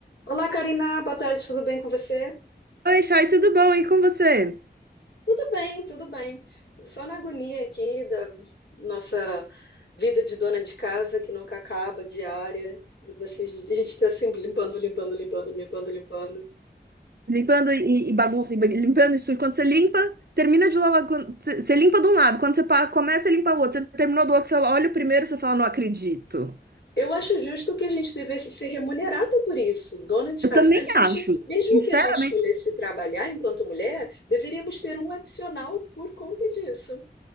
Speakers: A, on the left; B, on the right.
A: Olá, Karina, boa tarde, tudo bem com você?
B: Oi, Chay, tudo bom? E com você?
A: Tudo bem, tudo bem. Tô só na agonia aqui da nossa vida de dona de casa que nunca acaba, diária. E vocês- a gente está sempre limpando, limpando, limpando, limpando, limpando.
B: Limpando e, e bagunça, e ba- limpando isso. tudo. Quando você limpa, termina de lavar. quando- Você você limpa de um lado, quando você pa- começa a limpar o outro, você terminou do outro, você olha o primeiro, você fala, não acredito.
A: Eu acho justo que a gente devesse ser remunerada por isso, dona de
B: Eu
A: casa.
B: também
A: A gente,
B: acho.
A: mesmo
B: Sinceramente,
A: que a gente escolhesse trabalhar enquanto mulher, deveríamos ter um adicional por conta disso,